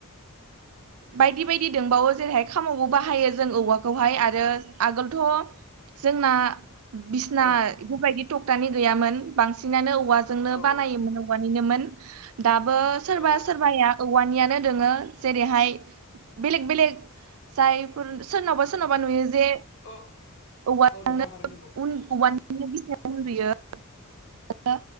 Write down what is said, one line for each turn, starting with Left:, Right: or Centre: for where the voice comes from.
Left: <inaudible>
Right: बायदि बायदि दोंबावो जेरैहाय खामावबो बाहायो जों औवाखौहाय आरो आगोलथ' जोंना बिसना
Left: औ
Right: बेफोरबायदि टकटानि गैयामोन बांसिनानो औवाजोंनो
Left: औ
Right: बानायोमोन औवानिनोमोन दाबो सोरबा
Left: औ
Right: सोरबाया
Left: थारैनो
Right: औवानियानो दोङो जेरैहाय बेलेक बेलेक जायफोर सोरनावबा सोरनावबा नुयो जे
Left: औ
Right: औवा
Left: औ नोंथां
Right: थांनो
Left: थारैनो नंगौ
Right: उन औवानो बिसनायाव उन्दुयो